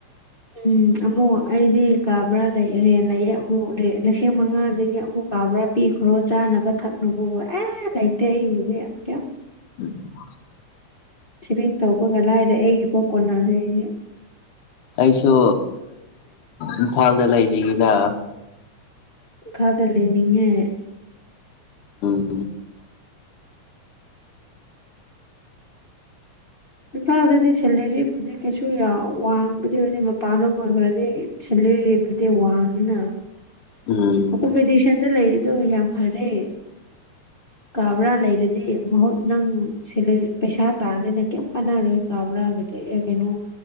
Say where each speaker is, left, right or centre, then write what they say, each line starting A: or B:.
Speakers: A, on the left (about 45°); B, on the left (about 85°).
A: ꯎꯝ ꯑꯃꯨꯛ ꯑꯩꯗꯤ ꯀꯥꯕ꯭ꯔꯥ ꯂꯩ ꯔꯦꯟ ꯂꯩꯌꯦ ꯑꯃꯨꯛ ꯂꯤꯁꯤꯡ ꯃꯉꯥꯗꯒꯤ ꯑꯃꯨꯛ ꯀꯥꯕ꯭ꯔꯥ ꯄꯤꯒꯔꯣ ꯆꯥꯅꯕ ꯊꯛꯅꯕꯋꯣ ꯑꯦ ꯂꯩꯇꯦ ꯑꯩꯕꯨꯗꯤ ꯀꯩꯝ
B: ꯎꯝ
A: ꯁꯤꯚꯤꯡ ꯇꯧꯕꯒ ꯂꯥꯏꯔꯦ ꯑꯩꯒꯤ ꯄꯣꯛ ꯀꯣꯟꯅꯗꯦ ꯑꯩꯗꯤ
B: ꯑꯩꯁꯨ ꯏꯝꯐꯥꯜꯗ ꯂꯩꯅꯤꯡꯉꯤꯅ
A: ꯏꯝꯐꯥꯜꯗ ꯂꯩꯅꯤꯡꯉꯦ
B: ꯎꯝ
A: ꯏꯝꯐꯥꯜꯗꯗꯤ ꯁꯦꯂꯔꯤ ꯕꯨꯗꯤ ꯀꯩꯁꯨ ꯌꯥꯎ ꯋꯡꯕꯗꯤ ꯑꯣꯏꯗꯦ ꯃꯄꯥꯟꯔꯣꯝ ꯑꯣꯏꯕꯔꯗꯤ ꯁꯦꯂꯔꯤꯕꯨꯗꯤ ꯋꯥꯡꯉꯤꯅ
B: ꯎꯝ
A: ꯀꯣꯝꯕꯤꯗꯤꯁꯟꯗ ꯂꯩꯔꯤꯗꯣ ꯌꯥꯝ ꯐꯔꯦ ꯀꯥꯕ꯭ꯔꯥ ꯂꯩꯔꯗꯤ ꯃꯍꯨꯠ ꯅꯪ ꯁꯤ ꯂꯩ ꯄꯩꯁꯥ ꯇꯥꯟꯂꯦꯅ ꯀꯩꯝ ꯀꯥꯟꯅꯔꯣꯏ ꯀꯥꯕ꯭ꯔꯥꯒꯗꯤ ꯑꯦ ꯀꯩꯅꯣ